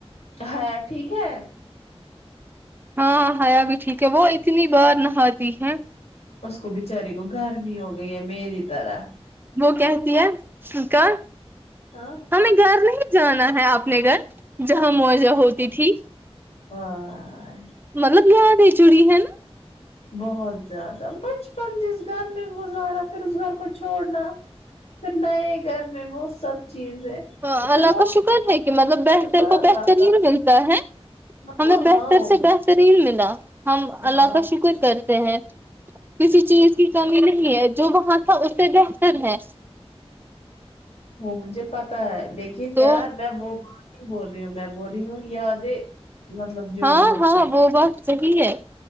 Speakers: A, on the left; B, on the right.
A: حیا ٹھیک ہے
B: ہاں حیا بھی ٹھیک ہے وہ اتنی بار نہاتی ہے
A: اس کو بچاری کو گرمی ہو گئی ہے میری طرح
B: وہ کہتی ہے سی کا
A: ہاں
B: ہمیں گھر نہیں جانا ہے اپنے گھر جہاں مزہ ہوتی تھی
A: واہ
B: مطلب یادیں جڑی ہے نا
A: بہت زیادہ بچپن جس گھر میں گزارا پھر اس گھر کو چھوڑنا پھر نئے گھر میں وہ سب چیزیں
B: ہ
A: چلو
B: اللہ کا شکر ہے کہ مطلب بہتر
A: شکر
B: کو
A: اللہ
B: بہترین
A: کا
B: ملتا ہے ہمیں
A: ہاں
B: بہتر
A: ہاں
B: سے بہترین ملا ہم اللہ
A: ہاں
B: کا شکر کرے تے ہے کسی چیز کی کمی نہیں ہے جو وہاں تھا اس سے بہتر ہے
A: وہ مجھے پتا ہے لیکن
B: تو
A: یار میں وہ بول رہی ہوں میں بول رہی ہوں یادیں مطلب جڑی
B: ہاں
A: ہوتی
B: ہاں وہ بات صحیح ہے